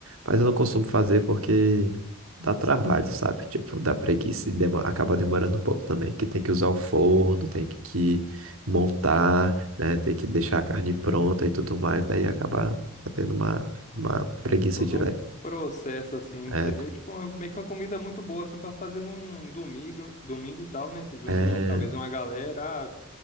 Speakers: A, on the right; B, on the left.
A: Mas eu não costumo fazer porque dá trabalho, sabe? Tipo, dá preguiça e demo- acaba demorando um pouco também. Que tem que usar o forno, tem que montar, né? Tem que deixar a carne pronta e tudo mais. Daí acaba tendo uma, uma preguiça
B: É todo
A: de leve.
B: um processo assim,
A: É,
B: seria tipo uma- meio que uma comida muito boa assim pra fazer num domingo, domingo e tal, né? Você junta
A: é,
B: um, talvez uma galera, ah,